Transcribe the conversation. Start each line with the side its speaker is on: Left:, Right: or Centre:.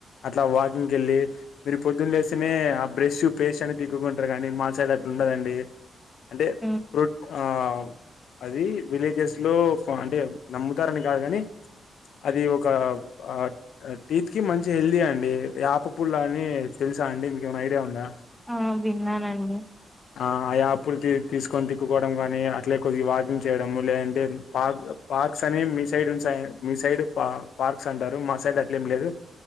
Left: అట్లా వాకింగ్కి వెళ్ళి మీరు పొద్దున్న లేస్తేనే ఆ బ్రష్ పేస్ట్ అని తిక్కుకుంటారు కానీ మా సైడ్ అట్లా ఉండదండి అంటే
Centre: ఉమ్
Left: ఫ్రూట్ ఆహ్ అది విలేజెస్లో అంటే నమ్ముతారని కాదు కానీ అది ఒక ఆ ఆ టీత్ కి మంచి హెల్తీ అండి యాప పుల్ల అని తెలుసా అండి మీకేమైనా ఐడియా ఉందా
Centre: ఆ విన్నానండి
Left: ఆ యాప్పుల్ల తీసుకొని తిక్కుకోవడం కానీ అట్లే కొద్దిగా వాకింగ్ చేయడము లేదంటే పార్క్ పార్క్స్ అని మీ సైడ్ ఉ మీ సైడ్ పా పార్క్స్ అంటారు మా సైడ్ అట్లేం లేదు